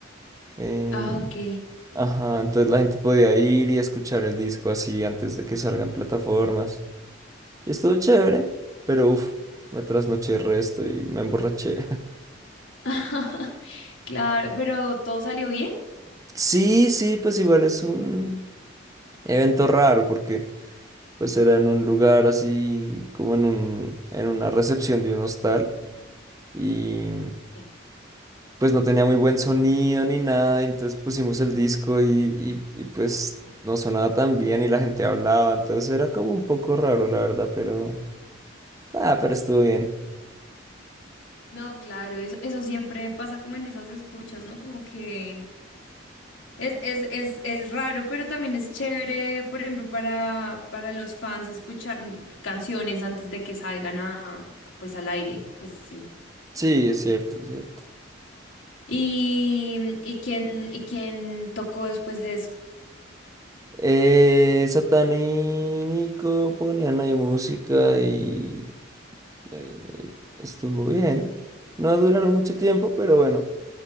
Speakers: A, on the right (about 20°); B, on the left (about 85°).
A: em,
B: Ah, ok.
A: ajá, entonces la gente podía ir y escuchar el disco así antes de que salgan plataformas. Y estuvo chévere, pero uff, me trasnoché el resto y me emborraché.
B: <laughs> Claro, pero ¿todo salió bien?
A: Sí, sí, pues igual es un evento raro porque pues era en un lugar así como en un, en una recepción de un hostal y
B: Sí.
A: pues no tenía muy buen sonido ni nada, entonces pusimos el disco y, y, y, pues no sonaba tan bien y la gente hablaba, entonces era como un poco raro la verdad, pero ah, pero estuvo bien.
B: No, claro, eso, eso siempre pasa como en esas escuchas, ¿no? Como que es, es, es, es raro, pero también es chévere, por ejemplo, para, para los fans escuchar canciones antes de que salgan a, pues al aire, pues sí.
A: Sí, es cierto, es cierto.
B: ¿Y, y quién, y quién tocó después de eso?
A: Eh, Satán y Nico ponían ahí música y eh, estuvo bien. No duraron mucho tiempo, pero bueno,